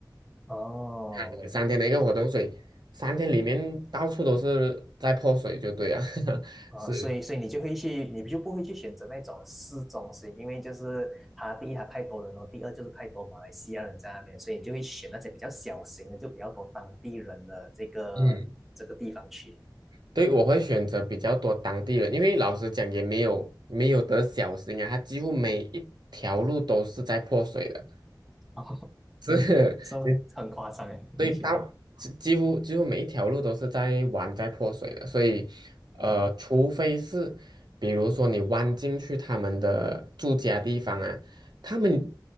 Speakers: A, in the centre; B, on the right.
A: 哦
B: 嗯三天的一个活动，所以三天里面到处都是在泼水，就对啊，<laughs>
A: 啊，
B: 是，
A: 所以所以你就会去，你就不会去选择那种市中心，因为就是它第一它太多人了，第二就是太多马来西亚人在那边，所以你就会选那些比较小型的，就比较多当地人的这个这个地方去。
B: 嗯。对，我会选择比较多当地人，因为老实讲也没有没有得小心啊，它几乎每一条路都是在破水的。
A: <laughs> 哦，
B: <laughs>
A: 说很夸张诶，
B: 所以到几几乎几乎每一条路都是在玩在泼水的，
A: 听起来。
B: 所以呃，
A: 嗯
B: 除非是比如说你弯进去他们的住家地方啊，他们